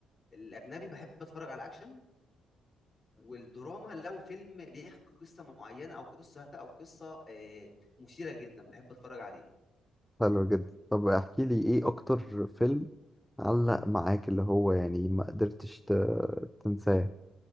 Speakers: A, on the left; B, in the centre.
A: الاجنبي بحب اتفرج على الاكشن والدراما لو فيلم بيحكي قصه معينه او قصه او قصه آه، مثيره جدا بحب اتفرج عليه
B: حلو جدا طب احكي لي ايه اكتر فيلم علق معاك اللي هو يعني ما قدرتش ت... تنساه